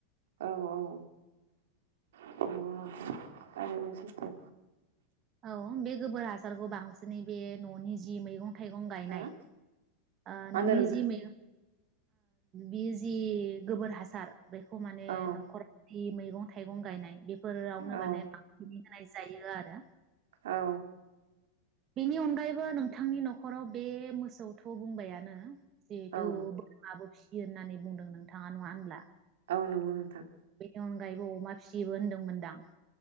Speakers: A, on the right (about 80°); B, on the right (about 25°).
A: औ औ <unintelligible> थारैनो सैथो
B: औ बे गोबोर हासारखौ बांसिनै बे ननि जि मैगं थाइगं गायनाय
A: हा मा
B: ओ
A: होनदों
B: ननि
A: नोंथां
B: जि ओ बेयो जि गोबोर हासार बेखौ माने
A: औ
B: नखराव जि मैगं थाइगं गायनाय बेफोर फोरावनो
A: औ
B: माने बांसिनै होनाय जायो आरो
A: औ
B: बेनि अनगायैबो नोंथांनि न'खराव बे मोसौथ' बुंबायानो जिहेथु
A: औ
B: बोरमाबो फिसि इयो होननानै बुंदों नोंथाङा नङा होनब्ला
A: औ नंगौ नोंथां
B: बेनि अनगायैबो अमा फिसिबो होनदोंमोनदां